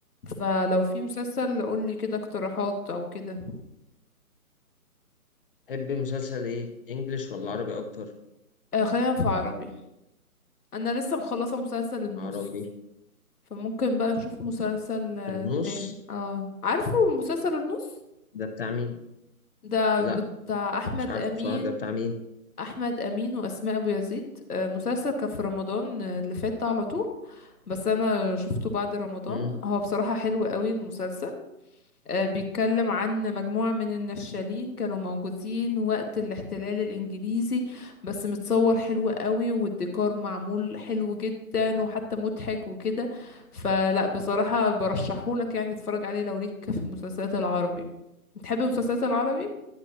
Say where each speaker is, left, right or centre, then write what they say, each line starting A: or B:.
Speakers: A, on the left (about 80°); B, on the left (about 35°).
A: فلو في مسلسل قولي كده اقتراحات او كده
B: تحبي مسلسل ايه انجليش ولا عربي اكتر
A: آه خلينا في عربي انا لسه مخلصه مسلسل النص
B: عربي
A: فممكن بقى نشوف مسلسل آه،
B: النص
A: تاني اه عارفه مسلسل النص
B: ده بتاع مين
A: ده
B: لا
A: بتاع احمد
B: مش عارف
A: امين
B: بصراحه ده بتاع مين
A: احمد امين واسماء ابو يزيد آه، مسلسل كان في رمضان آه، اللي فات ده على طول بس انا شفته بعد رمضان
B: امم
A: هو بصراحة حلو قوي المسلسل آه، بيتكلم عن مجموعة من النشالين كانوا موجودين وقت الاحتلال الانجليزي بس متصور حلو قوي والديكور معمول حلو جدا وحتى مضحك وكده فلا بصراحة برشحهولك يعني تتفرج عليه لو ليك في المسلسلات العربي بتحب المسلسلات العربي